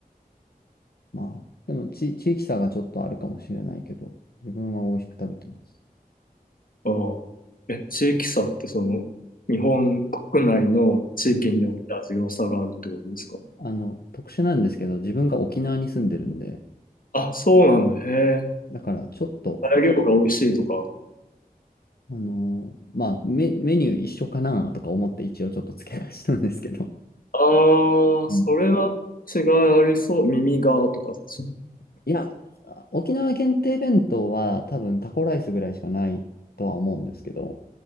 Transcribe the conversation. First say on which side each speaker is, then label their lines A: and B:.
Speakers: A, on the left; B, on the left.
A: まあ、でもち、地域差がちょっとあるかもしれないけど、自分は美味しく食べてます。
B: と。ああ。え、地域差ってその、日本国内の地域によって味の差があるってことですか
A: うん。あの、特殊なんですけど、自分が沖縄に住んでるんで、
B: あ、そうなんだ。へえ。
A: だからちょっと、
B: 材料が美味しいとか。
A: あのーまあメ、メニュー一緒かなとか思って一応ちょっと付け足したんですけど、
B: ああ、
A: うん
B: それは違いありそう。耳がとか、<laughs> そ違
A: いや、あ沖縄限定弁当は多分タコライスぐらいしかないとは思うんですけど、